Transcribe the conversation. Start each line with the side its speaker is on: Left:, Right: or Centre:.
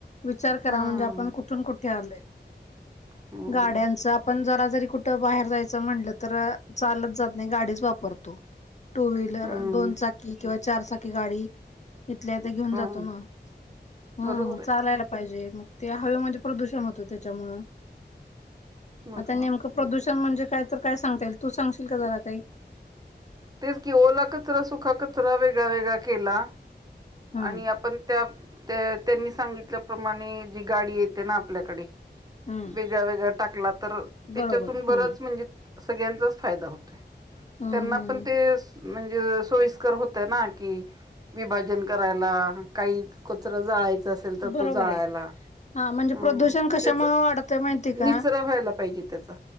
Left: विचार करा
Right: हम्म
Left: म्हणजे आपण कुठून कुठे आलोय
Right: हम्म
Left: गाड्यांचा जरा जरी कुठ बाहेर जायचं म्हटलं तर चालत जात नाही गाडीच वापरतो. टू व्हीलर
Right: हम्म
Left: दोन चाकी किंवा चारचाकी गाडी इथल्या ते घेऊन
Right: हो
Left: जातो ना हम्म
Right: बरोबर आहे
Left: चालायला पाहिजे मग ते हवेमध्ये प्रदूषण होतं त्याच्यामु
Right: बरोबर
Left: आता नेमकं
Right: आहे
Left: प्रदूषण म्हणजे काय तर काय सांगता येईल तू सांगशील का जरा काही?
Right: तेच की ओला कचरा सुखा कचरा वेगळा वेगळा केला.
Left: हम्म
Right: आणि आपण त्या त्या त्यांनी सांगितल्याप्रमाणे जी गाडी येते ना आपल्याकडे
Left: हम्म
Right: वेगळ वेगळा टाकला तर त्याच्यातून
Left: बरोबर
Right: बरच
Left: हम्म
Right: म्हणजे सगळ्यांचाच फायदा होतोय
Left: हम्म
Right: त्यांना
Left: हम्म
Right: पण ते म्हणजे सोयी होतय ना की विभाजन करायला काही कचरा जाळायचं असेल तर
Left: बरोबर
Right: तो जाळायला
Left: आहे हा म्हणजे
Right: हं
Left: प्रदूषण
Right: हं
Left: कशामुळे
Right: त्याच
Left: वाढतय माहिती का
Right: निचरा व्हायला पाहिजे त्याचा.